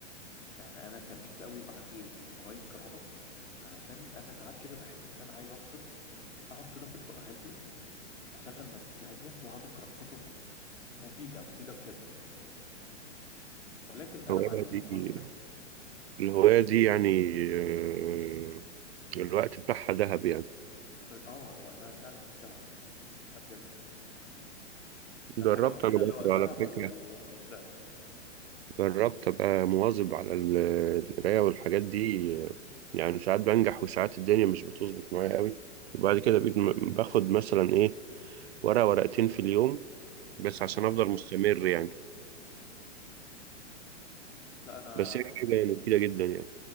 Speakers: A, on the left; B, on the right.
A: يعني انا كان نفسي قوي يبقى عندي هوايه قراءه علشان انا ساعات كده بحس ان انا عايز افصل اقعد كده في اضاءه هاديه اشغل مزيكا هاديه واقعد اقرا كتب مفيده مفيده بجد ولكن انا
B: الهواية
A: ما عنديش
B: دي
A: الخلق ده
B: الهواية دي يعني آه، الوقت بتاعها ذهب يعني
A: ب... اه وقتها فعلا بنتهى ده بجد ده
B: جربت
A: الحاجه الوحيده
B: أنا برضه
A: اللي وقتها
B: على فكرة
A: ما بي... ما بيضيعش
B: جربت أبقى مواظب على ال- القراية والحاجات دي يعني ساعات بنجح وساعات الدنيا مش بتظبط معايا قوي وبعد
A: مم.
B: كده بقيت م- باخد مثلا إيه ورقة ورقتين في اليوم بس عشان
A: اه
B: أفضل مستمر يعني
A: م- م. لا انا
B: بس هي حاجة مفيدة جدا يعني